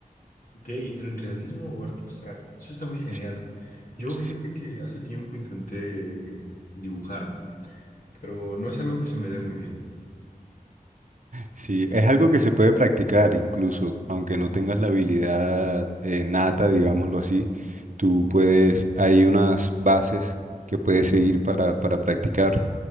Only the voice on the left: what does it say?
Ok, ¿en realismo o arte abstracto? Eso está muy genial.
Yo
fíjate que hace tiempo intenté dibujar, pero no es algo que se me dé muy bien.